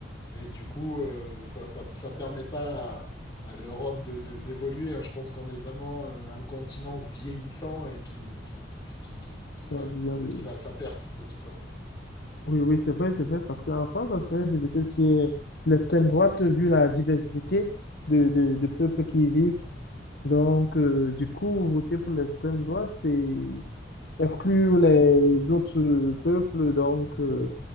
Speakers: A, on the left; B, on the left.
A: Et du coup, euh, ça, ça, ça permet pas à, à l'Europe de, de- d'évoluer. hein. Je pense qu'on est vraiment euh, un continent vieillissant et qui, qui, qui, qui, qui- qui va,
B: oui,
A: qui va à sa perte de toute façon.
B: Oui, oui, c'est vrai, c'est vrai, parce qu'en France, ça serait difficile qu'il y ait l'extrême droite vu la diversité de, de, de peuples qui y vivent. Donc, euh, du coup, voter pour l'extrême droite, c'est exclure les autres euh, peuples. Donc, euh,